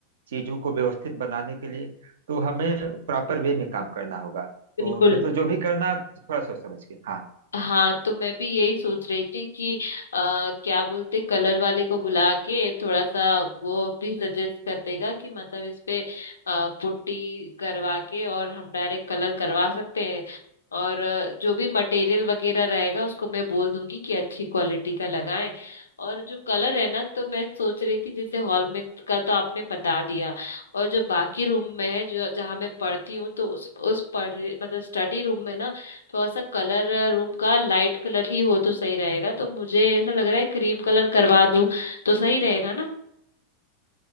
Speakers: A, on the right (about 60°); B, on the left (about 70°).
A: चीजों को व्यवस्थित बनाने के लिए तो हमें प्रॉपर वे में काम करना होगा
B: बिल्कुल
A: तो मतलब जो भी करना थोड़ा सोच समझ के हाँ
B: हाँ तो मैं भी यही सोच रही थी कि आ, क्या बोलते कलर वाले को बुला के थोड़ा सा वो भी सजेस्ट कर देगा कि मतलब इस पे आ, पुट्टी करवा के और हम डायरेक्ट कलर करवा सकते हैं और अ, जो भी मटेरियल वगैरह रहेगा उसको मैं बोल दूंगी कि अच्छी क्वालिटी का लगाएं और जो कलर है ना तो मैं सोच रही थी जैसे हॉल में का तो आपने बता दिया और जो बाकी रूम में है जो जहाँ मैं पढ़ती हूँ तो उस उस पढ़ मतलब स्टडी रूम में ना थोड़ा सा कलर रूम का लाइट कलर ही हो तो सही रहेगा तो मुझे ऐसा लग रहा है क्रीम कलर करवा दूं तो सही रहेगा ना